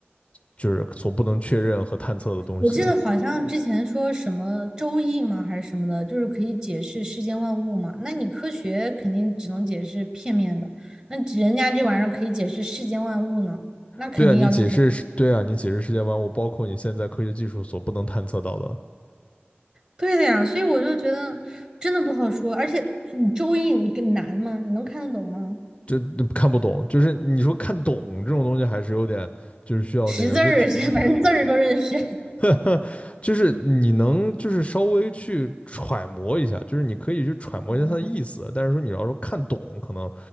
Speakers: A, on the left; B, on the right.
A: 就是所不能确认和探测的东西。
B: 我记得好像之前说什么周易吗，还是什么的，就是可以解释世间万物嘛。那你科学肯定只能解释片面的，那人家这玩意儿可以解释世间万物呢，那肯定要厉害。
A: 对啊，你解释是，对啊，你解释世界万物，我包括你现在科学技术所不能探测到的，
B: 对的呀，所以我就觉得真的不好说，而且你周易你更难吗？你能看得懂吗？
A: 这看不懂，就是你说看懂这种东西，还是有点，就是需要那个，
B: 识字儿，
A: 就只，
B: <laughs> 反正字儿都认识
A: <laughs> 就是你能就是稍微去揣摩一下，就是你可以去揣摩一下它的意思，
B: <laughs>。
A: 但是说你要说看懂，可能